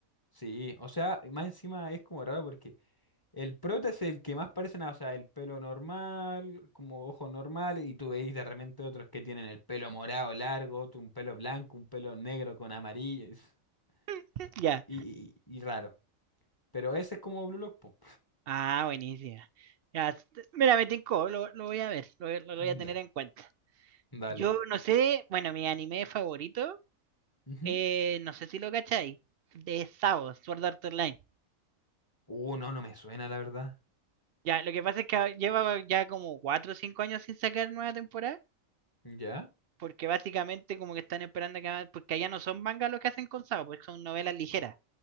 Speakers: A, on the left; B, on the right.
A: Sí, o sea, más encima es como raro porque el prota es el que más parece nada. O sea, el pelo normal, como ojos normales, y tú veis de repente otros que tienen el pelo morado largo, otro un pelo blanco, un pelo negro con amarillo. es-
B: <laughs>
A: Y,
B: Ya.
A: y- y- y raro. Pero ese es como Blue Lock, po.
B: Ah, buenísima. Ya. s- Mira, me tincó, lo, lo voy a ver, lo, voy- lo
A: <laughs>
B: voy a tener
A: Da-
B: en cuenta.
A: Dale.
B: Yo no sé, bueno, mi anime favorito,
A: Ujú.
B: eh, no sé si lo cacháis, de Sao, Sword Art Online.
A: Uh, no, no me suena, la verdad.
B: Ya, lo que pasa es que ahora lleva ya como 4 o 5 años sin sacar nueva temporada,
A: ¿Ya?
B: porque básicamente como que están esperando que... hagan- Porque allá no son mangas lo que hacen con Sao, porque son novelas ligeras.